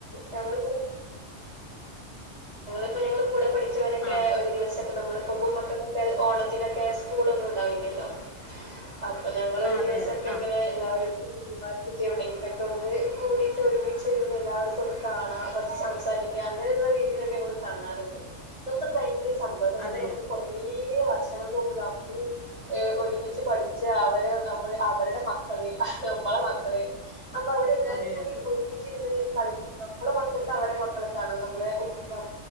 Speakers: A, on the right; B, on the left.
A: ഞങ്ങളിപ്പോ ഇപ്പോ ഞങ്ങൾ കൂടെ പഠിച്ചവരൊക്കെ
B: ആഹ്
A: ഒരു ദിവസ പ്പോ നമ്മള് പോകു മക്കക്കൊക്കെ ഓണത്തിനൊക്കെ സ്കൂളൊന്നും ഉണ്ടാവില്ലല്ലോ അപ്പൊ ഞങ്ങളൊരു
B: ആഹ് അതെ
A: ദിവസൊക്കെ
B: അതെ ആഹ്
A: അങ്ങനെ എല്ലാവരും <unintelligible> എവിടെയെങ്കിലും ഒക്കെന്ന് കൂടിട്ട് ഒരുമിച്ചിരുന്ന് എല്ലാവർക്കും ഒന്ന് കാണാം കൊറച്ച് സംസാരി അങ്ങനെയുള്ള രീതിയിലൊക്കെ നമ്മള് കാണാറുണ്ട് നമുക്കത് ഭയങ്കര സന്തോഷം കാരണം
B: അതെയ
A: നമ്മൾ കൊറേ ഏഴ് വർഷങ്ങൾക്ക് മുമ്പ് ന <unintelligible> ഒരുമിച്ച് പഠിച്ച അവരെ നമ്മൾ അവരുടെ മക്കൾ നമ്മളെ മക്കളെ അപ്പൊ അവരെല്ലാരും
B: അതെ
A: കൂടി
B: അതെ
A: ഒരുമിച്ചിരുന്ന് കളി <unintelligible> നമ്മളെ മക്കക്ക് അവരെ മക്കളൊക്കെ ആണോ നമ്മളെ ഉ <unintelligible>